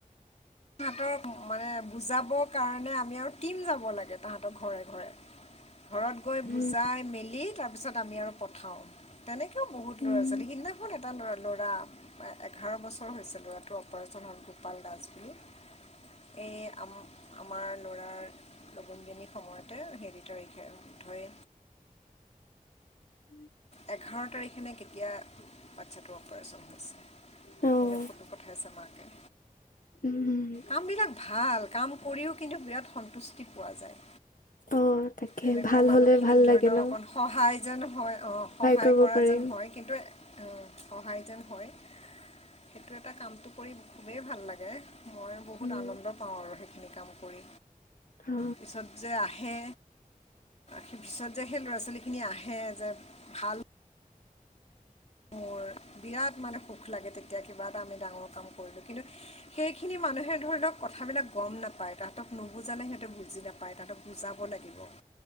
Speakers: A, on the left; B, on the left.
A: তাহাতক মানে বুজাবৰ কাৰণে আমি আৰু টীম যাব লাগে তাহাঁতৰ ঘৰে ঘৰে ঘৰত গৈ
B: উম,
A: বুজাই মেলি তাৰ পিছত আমি আৰু পঠাও তেনেকে কিয় বহু ল'ৰা
B: উম,
A: ছোৱাল সদিনাখন এটা ল' ল'ৰা এঘাৰ বছৰ হৈছে ল'ৰাটোৰ অপাৰেচন হ'ল গোপাল দাস বুলি এই আম আমাৰ কৰ লগুণদিয়নী সময়তে হেৰি তাৰিখে ধৰ
B: উম
A: এঘাৰ তাৰিখেনে কেতিয়া বাচ্ছাটো অপাৰচন হৈছে।
B: অ',
A: মানে ফটো পঠাইছে মাকে
B: উম,
A: কামবিলাক ভাল কাম কৰিও কিন্তু বিৰাট সন্তুষ্টি পোৱা যায়
B: অ', তাকে
A: এনেকুৱা
B: ভাল
A: মানুহ
B: হলে
A: খিনিক
B: ভাল
A: ধৰি
B: লাগে
A: লওক
B: ন
A: অকন সহায় যেন হয় অ সহায়
B: কৰিব
A: কৰা
B: পাৰিম।
A: যেন হয় কিন্তু এ সহায় যেন হয় সেইটো এটা কামটো কৰি খুবেই ভাল লাগে মই বহুত
B: উম
A: আনন্দ পাওঁ আৰু সেইখিনি কাম কৰি
B: অ
A: পিছত যে আহে সেই পিছত যে সেই ল'ৰা ছোৱালীখিনি আহে যে ভাল মোৰ বিৰাট মানে সুখ লাগে তেতিয়া কিবা এটা আমি ডাঙৰ কাম কৰিলো কিন্তু সেইখিনি মানুহে ধৰি লওক কথাবিলাক গম নাপায় পায় তাহাঁতক নুবুজালে সিহঁতে বুজি নাপায় তাহাঁতক বুজাব লাগিব।